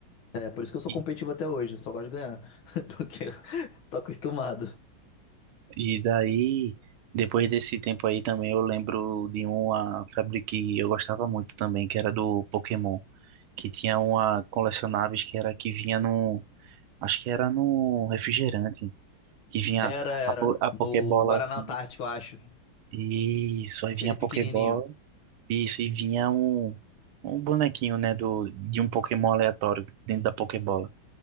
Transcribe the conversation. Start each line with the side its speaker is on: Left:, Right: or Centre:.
Left: É por isso que eu sou
Right: E,
Left: competitivo até hoje, eu só gosto de ganhar. <laughs> Porque eu tô acostumado.
Right: e daí, depois desse tempo aí também, eu lembro de uma febre que eu gostava muito também, que era do Pokémon. que tinha uma colecionáveis que era que vinha no acho que era no refrigerante, que vinha
Left: Era, era.
Right: a, po- a Pokébola
Left: No Guaraná
Right: assim.
Left: Antártico, eu acho.
Right: Isso, aí
Left: Aquele
Right: vinha a
Left: pequenininho.
Right: Pokébola, isso, e vinha um, um bonequinho, né, do, de um Pokémon aleatório dentro da Pokébola.